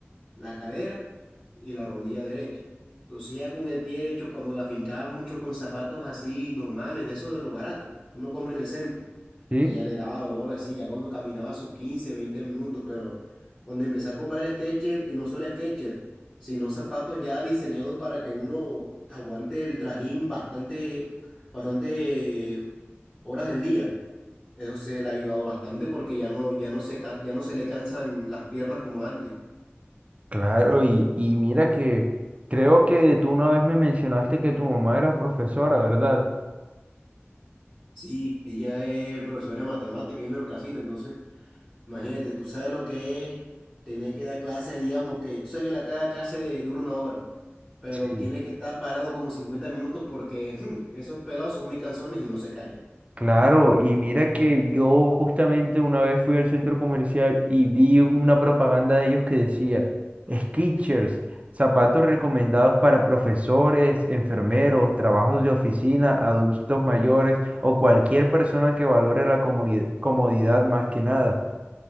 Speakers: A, on the left; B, on the right.
A: la cadera y la rodilla derecha. Entonces ya con el pie derecho, cuando la fincaba mucho con zapatos así normales, de esos de los baratos, uno compra en el centro,
B: Sí,
A: ella le daba dolor así, ya cuando caminaba sus 15 20 minutos, pero cuando empecé a comprar Skechers, y no solo Skechers, sino zapatos ya diseñados para que uno aguante el trajín bastante, bastante horas del día. Eso se le ha ayudado bastante porque ya no, ya no se, ca- ya no se le cansan las piernas como antes.
B: claro, y, y mira que creo que tú una vez me mencionaste que tu mamá era profesora, ¿verdad?
A: Sí, ella es profesora de matemática y en casita, entonces, imagínate, tú sabes lo que es tener que dar clases, digamos que, tú sabes que la cada clase dura una hora, pero
B: Sí.
A: tienes que estar parado como 50 minutos porque <laughs> esos pelados son muy cansones y no se callan.
B: Claro, y mira que yo justamente una vez fui al centro comercial y vi una propaganda de ellos que decía Skechers, zapatos recomendados para profesores, enfermeros, trabajos de oficina, adultos mayores o cualquier persona que valore la comuni- comodidad más que nada.